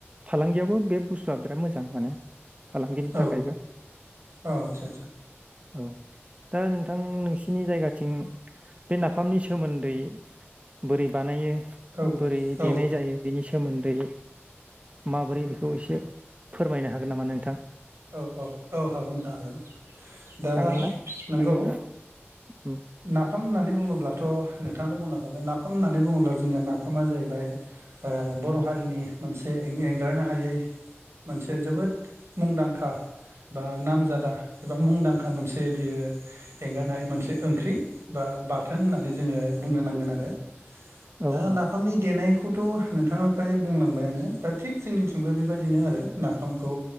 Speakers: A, on the right; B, on the right.
A: फालांगियावबो बे बुस्थुआ बिराद मोजां माने फालांगिनि
B: औ
A: थाखायबो
B: अ आदसा आदसा
A: औ दा नोंथां नोंसि सिनि जायगाथिं बे नाफामनि सोमोन्दै बोरै बानायो।
B: औ
A: बोरै देनाय
B: औ
A: जायो बिनि सोमोन्दै माबोरै बेखौ एसे फोरमायनो हागोन नामा नोंथां?
B: औ औ औ हागोन नोंथां हागोन दा
A: हागोन ना
B: नोंगौ
A: हायोबा उम
B: नाफाम होननानै बुङोब्लाथ' नोंथाङा बुं नाफाम होननानै बुङोब्ला जोंनिया नाफामा जाहैबाय बर' हारिनि मोनसे एंगारनाय नो हायै मोनसे जोबोद मुंदांखा बा नामजादा एबा मुंदांखा मोनसे बियो एंगारनो हायि मोनसे ओंख्रि बा बाथोन होननानै जोङो बुंनो नांगोन आरो
A: औ
B: दा
A: औ
B: नाफामनि देनायखौ थ' नोंथाङा फ्राय बुंलांबायानो दा थिग जोंनिथिंबो बेबायदिनो आरो नाफामखौ